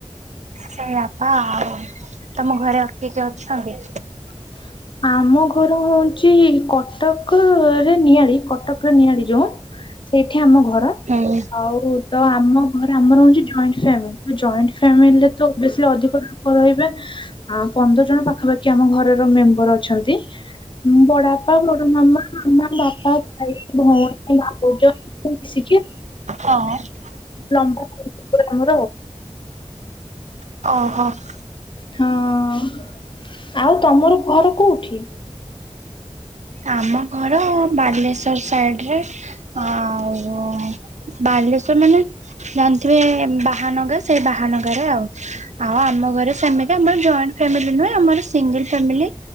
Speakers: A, on the right; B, on the left.
A: ସେଇଆ ପା ଆଉ ତମ ଘରେ ଆଉ କିଏ କିଏ ଅଛନ୍ତି?
B: ହ। <inaudible> ଆମ ଘର ହଉଛି କଟକରେ ନିଆଳି କଟକରେ ନିଆଳି ଯୋଉ ସେଇଠି ଆମ ଘର
A: ମୁଁ।
B: ଆଉ ତ ଆମ ଘର ଆମର ହଉଛି ଜଏଣ୍ଟ ଫ୍ୟାମିଲି, ତ ଜଏଣ୍ଟ ଫ୍ୟାମିଲିରେ ତ ଓବିୟସ୍ଲି ଅଧିକ ଲୋକ ରହିବେ। ଆ ପନ୍ଦର ଜଣ ପାଖାପାଖି, ଆମ ଘରର ମେମ୍ବର ଅଛନ୍ତି। ବଡଆପା, ବଡମାମା, ମାମା, ବାପା, ଭାଇ, ଭଉଣୀ, ଭାଉଜ ସବୁ ମିଶିକି।
A: ହଁ।
B: ଲମ୍ବା <unintelligible>
A: ଅହ।
B: ହଁ-ଅ-ଅ-ଅ, ଆଉ ତମର ଘର କୋଉଠି?
A: ଆମ ଘର ବାଲେଶ୍ୱର ସାଇଡ଼ରେ। ଆଉ ବାଲେଶ୍ଵର ମାନେ ଜାଣିଥିବେ ବାହାନଗା, ସେଇ ବାହାନଗାରେ ଆଉ। ଆଉ ଆମ ଘରେ ସେମିତି ଆମର ଜଏଣ୍ଟ ଫ୍ୟାମିଲି ନୁହେଁ, ଆମର ସିଙ୍ଗିଲ୍ ଫ୍ୟାମିଲି,